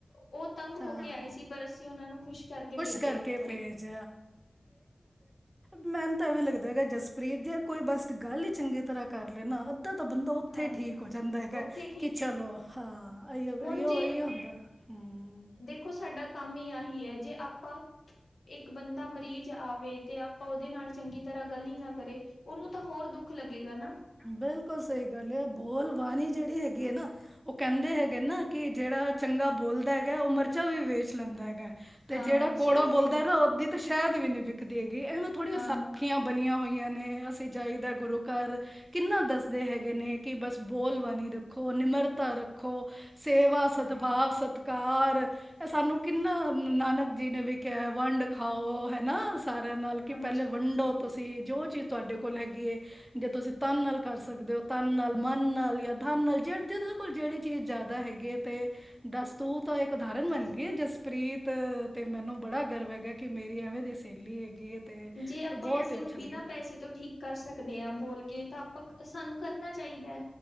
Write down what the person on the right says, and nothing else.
ਤਾਂ
ਕਰਕੇ
ਭੇਜ ਮੈਹਨੂੰ ਤਾਂ ਐਵੇਂ ਲੱਗਦਾ ਹੈਗਾ ਜਸਪ੍ਰੀਤ ਜ ਕੋਈ ਬਸ ਗੱਲ ਹੀ ਚੰਗੀ। ਤਰ੍ਹਾਂ ਕਰ ਲੈਣਾ। ਉੱਧ ਤਾਂ ਬੰਦਾ ਉੱਥੇ
ਠੀਕ ਹੋ ਜਾਂਦਾ ਹੈਗਾ
ਕਿ ਚਲੋ ਹਾਂ। ਅਈਓ
ਅਈਓ
ਅਈਓ ਹੁੰਦਾ ਹੂੰ
ਬਿਲਕੁਲ ਸਹੀ ਗੱਲ ਬੋਲ। ਪਾਣੀ ਜਿਹੜੀ ਹੈਗੀ ਆ ਨਾ ਉਹ ਕਹਿੰਦੇ ਹੈਗੇ ਨਾ
ਕਿ ਜਿਹੜਾ ਚੰਗਾ ਬੋਲਦਾ ਹੈਗਾ ਉਹ ਮਿਰਚਾਂ ਵੀ ਵੇਚ ਲੈਂਦਾ ਹੈਗਾ। ਤੇ
ਜਿਹੜਾ
ਕੋੜਾ
ਬੋਲਦਾ
ਨਾ ਉਹਦੀ ਸ਼ਾਇਦ ਵੀ ਨਹੀਂ ਵਿਕਦੀ ਹੈ। ਇਹਵੇੈਂ ਥੋੜੀਆਂ
ਸਾਖੀਆਂ ਬਣੀਆਂ ਹੋਈਆਂ ਨੇ ਅਸੀਂ ਜਾਈਦਾ ਗੁਰੂ ਘਰ ਕਿੰਨਾ ਦੱਸਦੇ ਹੈਗੇ ਨੇ ਕਿ ਬਸ ਬੋਲਬਾਨੀ ਰੱਖੋ ਨਿਮਰਤਾ ਰੱਖੋ ਸੇਵਾ
ਸਦਭਾਵ ਸਤਿ ਕਾਰ ਇਹ ਸਾਨੂੰ ਕਿੰਨਾ ਨਾਨਕ ਜੀ ਨੇ ਵੇਖਿਆ ਵੰਡ ਖਾਓ ਹੈ ਨਾ ਸਾਰਿਆਂ ਨਾਲ ਕਿ
ਪਹਿਲੇ ਵੰਡੋ ਤੁਸੀਂ ਜੋ ਚੀਜ਼ ਤੁਹਾਡੇ ਕੋਲ ਹੈਗੀ ਹੈ ਜੇ ਤੁਸੀਂ ਤਨ ਨਾਲ ਕਰ ਸਕਦੇ ਹੋ ਤਨ ਨਾਲ ਮਨ ਨਾਲ ਜਾਂ ਧਨ ਨਾਲ ਜ ਜਿਹਦੇ ਕੋਲ ਜਿਹੜੀ ਚੀਜ਼ ਜ਼ਿਆਦਾ ਹੈਗੀ ਹੈ ਤੇ ਦਸਤੂ ਤਾਂ ਏ ਉਦਾਹਰਨ
ਬਣ ਗਈ ਏ ਜਸਪ੍ਰੀਤ ਤੇ ਮੈਨੂੰ ਬੜਾ ਗਰਵ ਹੈਗਾ ਕਿ ਮੇਰੀ ਐਵੇਂ ਦੀ ਸਹੇਲੀ ਹੈਗੀ ਏ
ਬਹੁਤ
ਹੀ ਅਛਾ
ਲਗਿਆ,